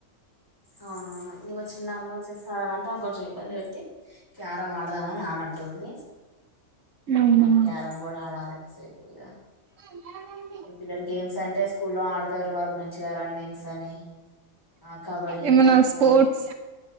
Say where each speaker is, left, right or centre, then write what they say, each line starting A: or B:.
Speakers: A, on the left; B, on the right.
A: అవునవునోయ్ నువ్వు చిన్నాను చేస్తారమంటేఆమెన్ కొంచెం ఇబ్బంది వేట్టి క్యారం ఆడదం అని ఆమంటుంది.
B: అవునా
A: ఇగా ఆమె క్యారంబోడ్ ఆడాల్ కాసేపు ఇగా
B: అవునా
A: ఈ పిల్లలు గేమ్స్ అంటే స్కూల్లో ఆడతారు వాళ్ళు మంచిగా రన్నింగ్స్ అని ఆ కబడ్డీ,
B: ఏమన్నా
A: ఖోఖో
B: స్పోర్ట్స్